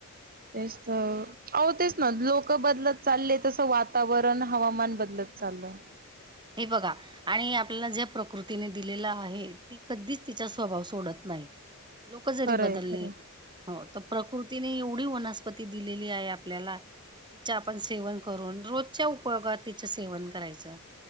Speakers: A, on the right; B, on the right.
A: तेच तर हो
B: हम्म.
A: तेच ना लोक बदलत चाललेय तसं वातावरण हवामान बदलत चाललं
B: हे बघा आणि आपल्याला ज्या प्रकृतीने दिलेलं आहे ती कधीच तिचा स्वभाव सोडत नाही लोक जरी
A: खरंय
B: बदलले
A: खरं
B: प्रकृतीने एवढी होनस् पती दिलेली आहे आपल्याला तिचं आपण सेवन करून रोजच्या उपयोगात तिचं सेवन करायचं